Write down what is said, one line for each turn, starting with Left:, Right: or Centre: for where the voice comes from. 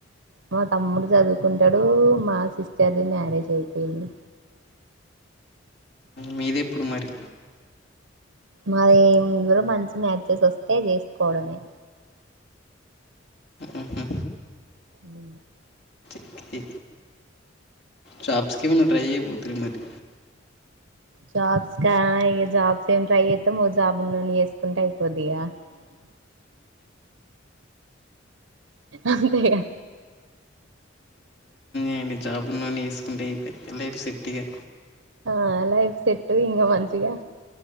Right: మా తమ్ముడు చదువుకుంటాడు మా సిస్టర్ది మ్యారేజ్ అయిపోయింది
Left: మీదేప్పుడు మరి
Right: మాదే ఇరు మంచి మ్యాచెస్ వస్తే చేసుకోవడమే
Left: ఊహు
Right: మ్
Left: కే జాబ్స్ కేమో ట్రై చెయిపోతుర్రు మరి
Right: జాబ్స్ కా ఇక జాబ్స్ ఏమి ట్రై చేత్తము ఓ జాబ్ ఉనోన్నీ చేసుకుంటే అయిపోద్దిగా ఇక అంతేగా
Left: ఏండి జాబ్ వున్నోని చేసుకుంటే అయిపోయి లైఫ్ సెట్టిగా
Right: ఆ లైఫ్ సెట్టు ఇంకా మంచిగా